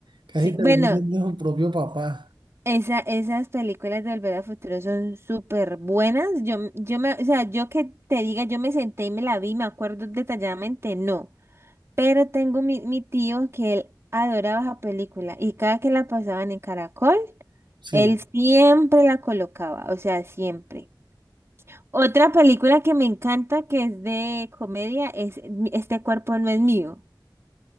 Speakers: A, on the right; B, on the right.
A: Casi
B: Sí,
A: termina
B: bueno,
A: siendo su propio papá.
B: esa, esas películas de Volver al Futuro son súper buenas. Yo, m- yo me, o sea, yo que te diga, yo me senté y me la vi, me acuerdo detalladamente, no. Pero tengo mi, mi tío que él adoraba esa película y cada que la pasaban en Caracol.
A: Sí.
B: Él siempre la colocaba, o sea, siempre. Otra película que me encanta, que es de comedia, es Mi- Este cuerpo no es mío.